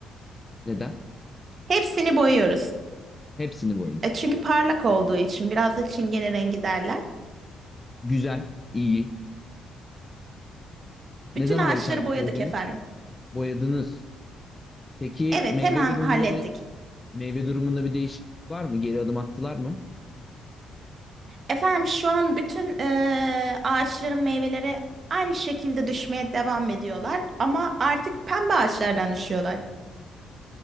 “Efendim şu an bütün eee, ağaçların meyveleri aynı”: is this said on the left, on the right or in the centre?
Right